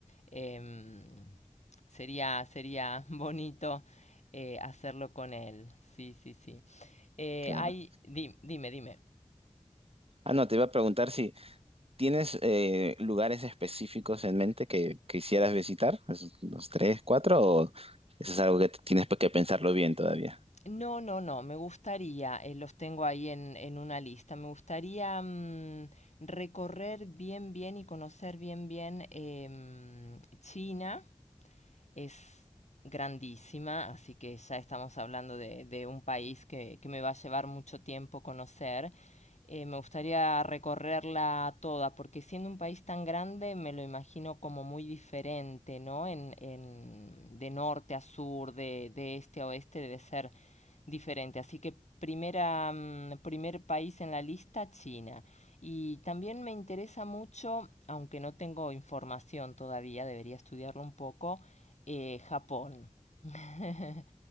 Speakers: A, on the left (about 70°); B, on the right (about 55°).
A: em, sería, sería <laughs> bonito eh, hacerlo con él. Sí, sí, sí. Eh,
B: claro.
A: hay, di- dime, dime.
B: Ah, no, te iba a preguntar si tienes eh, lugares específicos en mente que quisieras visitar, esos, los tres, cuatro, o eso es algo que tienes que pensarlo bien todavía.
A: No, no, no, me gustaría, eh, los tengo ahí en, en una lista, me gustaría mm, recorrer bien, bien y conocer bien, bien em, China es grandísima, así que ya estamos hablando de, de un país que, que me va a llevar mucho tiempo conocer. Eh, me gustaría recorrerla toda, porque siendo un país tan grande me lo imagino como muy diferente, ¿no? En, en- de norte a sur, de, de este a oeste debe ser diferente. Así que primera, mm, primer país en la lista, China. Y también me interesa mucho, aunque no tengo información todavía, debería estudiarlo un poco, eh, Japón. <laughs>